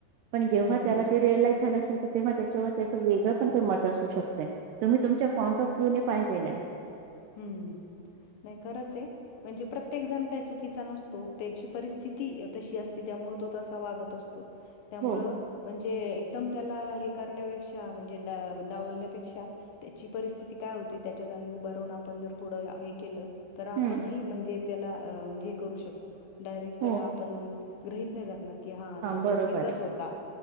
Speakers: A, on the right; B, on the left.
A: पण जेव्हा
B: हं,
A: त्याला ते रिअलाइज झालं असेल तर तेव्हा तेच्यावर त्याचं वेगळं पण ते मत असू शकतय. तुम्ही तुमच्या पॉईंट ऑफ व्ह्यू ने पाहिलेलं हाय.
B: हुं. नाही खरंच ये. म्हणजे प्रत्येक जण काय चुकीचा नसतो. त्याची परिस्थिती तशी असते, त्यामुळे तो तसा वागत अस तो, त्यामूळ
A: हो.
B: म्हणजे एकदम त्याला हे करण्यापेक्षा म्हणजे डा डावलण्यापेक्षा त्याची परिस्थिती काय होती त्याच्या जागी उभारून आप पण जर थोड हे केलं तर, आपणही
A: हम्म.
B: म्हणजे त्याला म्हणजे हे करू शकू. डायरेक्ट त्याला
A: हो.
B: आपण ग्रहित नाही धरणार की, हा तो
A: बरोबर
B: चुकीचाच
A: आहे.
B: होता.